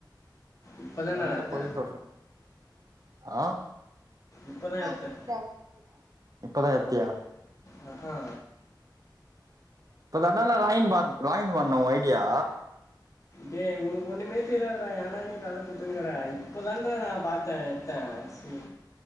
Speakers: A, on the left; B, on the right.
A: இப்பதா டா
B: என்கிட்ட
A: நா எடுத்துதே
B: பொய் சொல்ற ஆ
A: இப்பதான்
B: இப்பதா
A: எத்தேன்
B: எத்தியா
A: ஆ அ
B: இப்போ தாண்டா நா லைன் பாத் வாங்கிட்டு வரணும் ஐடியா
A: டே உனக்கு ஒண்ணுமே தெரியதுறா என்னடா நீ கத கொடுத்துருங்கற இப்பதான் நா பாத்தே எடுத்த சரி